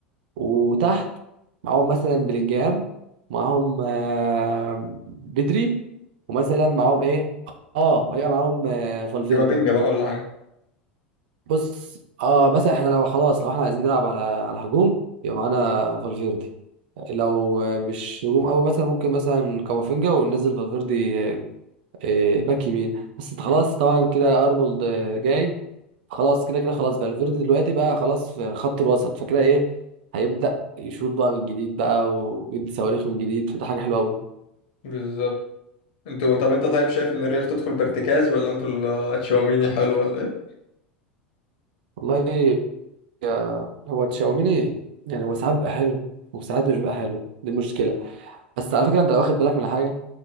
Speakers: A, on the right (about 55°); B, on the left (about 55°).
A: وتحت معاهم مثلا بلينجهام معاهم آه بدري ومثلا معاهم ايه اه هيبقى معاهم آه فالفيردي
B: كامافينجا بقى ولا حاجة
A: بص اه مثلا احنا لو خلاص لو احنا عايزين نلعب على على هجوم يبقى معانا فالفيردي لو آه، مش هجوم قوي مثلا ممكن مثلا كامافينجا وننزل فالفيردي آه، آه، باك يمين بس خلاص
B: مم.
A: طبعا كده ارنولد آه، جاي خلاص كده كده خلاص فالفيردي دلوقتي بقى خلاص في خط الوسط فكده ايه هيبدأ يشوط بقى من جديد بقى ويدي صواريخ من جديد فده حاجة حلوة قوي
B: بالظبط انتوا طب انت طيب شايف ان الريال تدخل بارتكاز ولا انتوا ال- تشاوميني حلو ولا ايه؟
A: والله آه، هو تشاوميني يعني هو ساعات بقى حلو وساعات مش بقى حلو دي المشكلة بس على فكرة انت لو واخد بالك من حاجة